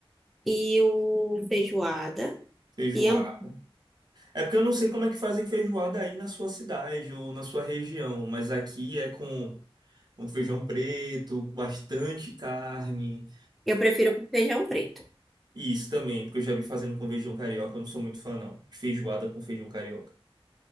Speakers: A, in the centre; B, on the right.
A: E o feijoada.
B: Feijoada.
A: E hambú-
B: É porque eu não sei como é que fazem feijoada aí na sua cidade ou na sua região. Mas aqui é com um feijão preto, bastante carne.
A: eu prefiro com feijão preto.
B: E isso também, porque eu já vi fazendo com feijão carioca, eu não sou muito fã, não. De Feijoada com feijão carioca.